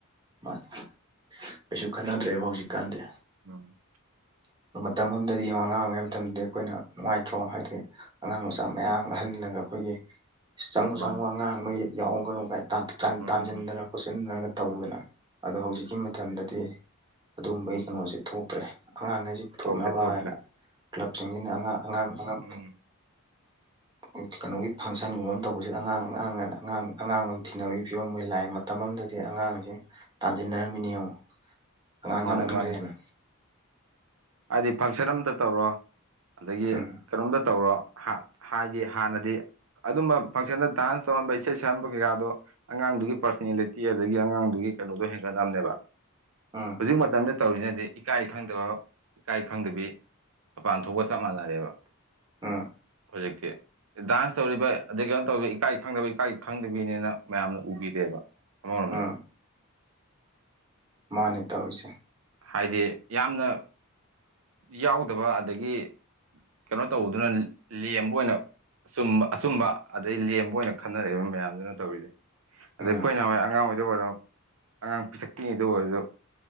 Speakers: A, on the right; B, on the right.
A: ꯃꯥꯅꯦ ꯀꯩꯁꯨ ꯈꯟꯅꯗ꯭ꯔꯦꯕ ꯍꯧꯖꯤꯛꯀꯥꯟꯗꯤ
B: ꯎꯝ
A: ꯃꯇꯝ ꯑꯝꯗꯗꯤ ꯌꯦꯡꯉꫭ ꯑꯉꯥꯡ ꯑꯣꯏꯔꯤꯉꯩ ꯃꯇꯝꯗꯗꯤ ꯑꯩꯈꯣꯏꯅ ꯅꯨꯡꯉꯥꯏꯇ꯭ꯔꯣ ꯍꯥꯏꯗꯤ ꯑꯉꯥꯡ ꯃꯆꯥ ꯃꯌꯥꯝ ꯑꯍꯟꯅꯒ ꯑꯈꯣꯏꯒꯤ ꯆꯪꯉꯨ ꯆꯪꯉꯨ
B: ꯃꯥꯅꯦ
A: ꯑꯉꯥꯡ ꯅꯣꯏ ꯌꯥꯎꯒꯅꯨ
B: ꯎꯝ
A: ꯀꯥꯏ ꯇꯥꯟ
B: ꯎꯝ
A: ꯇꯥꯟꯖꯟꯗꯅ
B: ꯎꯝ
A: ꯈꯣꯠꯆꯤꯟꯗꯅꯒ ꯇꯧꯗꯅ
B: ꯎꯝ
A: ꯑꯗꯣ ꯍꯧꯖꯤꯛꯀꯤ ꯃꯇꯝꯗꯗꯤ ꯑꯗꯨꯒꯨꯝꯕꯩ ꯀꯩꯅꯣꯖꯦ ꯊꯣꯛꯇ꯭ꯔꯦ ꯑꯉꯥꯡꯒꯩꯖꯤ ꯄꯨꯊꯣꯛꯅꯕ
B: ꯊꯣꯛꯇ꯭ꯔꯦ ꯊꯣꯛꯇ꯭ꯔꯦ
A: ꯍꯥꯏꯅ ꯀ꯭ꯂꯕꯁꯤꯡꯁꯤꯅ ꯑꯉꯥꯡ ꯑꯉꯥꯡ
B: ꯎꯝ
A: <unintelligible> ꯀꯩꯅꯣꯒꯤ ꯐꯪꯁꯟꯒꯨꯝꯕ ꯑꯝ ꯇꯧꯕꯖꯤꯗ ꯑꯉꯥꯡ ꯑꯉꯥꯡ ꯑꯅ ꯑꯉꯥꯡ ꯑꯉꯥꯡ ꯑꯣꯏ ꯊꯤꯅꯕꯩ ꯐꯤꯕꯝ ꯑꯣꯏ ꯂꯥꯛꯑꯦ ꯃꯇꯝ ꯑꯝꯗꯗꯤ ꯑꯉꯥꯡꯖꯦ ꯇꯥꯟꯖꯟꯅꯔꯝꯃꯤꯅꯤ ꯌꯦꯡꯉꫭ ꯑꯉꯥꯡ
B: ꯃꯥꯅꯦ
A: ꯌꯥꯝꯃꯟꯒ꯭ꯔꯦꯅ
B: ꯃꯥꯅꯦ ꯍꯥꯏꯗꯤ ꯐꯪꯁꯟ ꯑꯝꯇ ꯇꯧꯔꯣ ꯑꯗꯒꯤ
A: ꯎꯝ
B: ꯀꯩꯅꯣꯝꯇ ꯇꯧꯔꯣ ꯍꯥ ꯍꯥꯏꯗꯤ ꯍꯥꯟꯅꯗꯤ ꯑꯗꯨꯝꯕ ꯐꯪꯁꯟꯗ ꯗꯥꯟꯁ ꯇꯧꯍꯟꯕ ꯏꯁꯩ ꯁꯛꯍꯟꯕ ꯀꯩꯀꯥꯗꯣ ꯑꯉꯥꯡꯗꯨꯒꯤ ꯄꯥꯔꯁꫭꯅꯦꯜꯂꯤꯇꯤ ꯑꯗꯒꯤ ꯑꯉꯥꯡꯗꯨꯒꯤ ꯀꯩꯅꯣꯗꯣ ꯍꯦꯡꯒꯠꯅꯝꯅꯦꯕ
A: ꯑ
B: ꯍꯨꯖꯤꯛ ꯃꯇꯝꯗ ꯇꯧꯔꯤꯖꯤꯅꯗꯤ ꯏꯀꯥꯏ ꯈꯪꯗꯕ ꯏꯀꯥꯏ ꯈꯪꯗꯕꯤ ꯃꯄꯥꯟ ꯊꯣꯛꯄ ꯆꯞ ꯃꯥꯟꯅꯔꯦꯕ
A: ꯑ
B: ꯍꯨꯖꯤꯛꯇꯤ ꯗꯥꯟꯁ ꯇꯧꯔꯤꯕ ꯑꯗꯩ ꯀꯩꯅꯣ ꯇꯧꯋꯤ ꯏꯀꯥꯏ ꯈꯪꯗꯕ ꯏꯀꯥꯏ ꯈꯪꯗꯕꯤꯅꯦꯅ ꯃꯌꯥꯝꯅ ꯎꯕꯤꯔꯦꯕ ꯑꯃꯔꯣꯝꯗ
A: ꯎꯝ ꯃꯥꯅꯦ ꯇꯧꯔꯤꯁꯦ
B: ꯍꯥꯏꯗꯤ ꯌꯥꯝꯅ ꯌꯥꯎꯗꯕ ꯑꯗꯒꯤ ꯀꯩꯅꯣ ꯇꯧꯕꯗꯨꯅ ꯂꯦꯝꯕ ꯑꯣꯏꯅ ꯆꯨꯝꯕ ꯑꯆꯨꯝꯕ ꯑꯗꯩ ꯂꯦꯝꯕ ꯑꯣꯏꯅ ꯈꯟꯅꯔꯦꯕ ꯃꯌꯥꯝꯗꯨꯅ ꯇꯧꯔꯤꯁꯤ
A: ꯎꯝ
B: ꯑꯗꯩ ꯈꯣꯏ ꯅꯍꯥꯟꯋꯥꯏ ꯑꯉꯥꯡ ꯑꯣꯏꯔꯤꯉꯩꯗ ꯑꯣꯏꯔꯣ ꯑꯉꯥꯡ ꯄꯤꯁꯛꯄꯤꯉꯩꯗ ꯑꯣꯏꯔꯖꯨ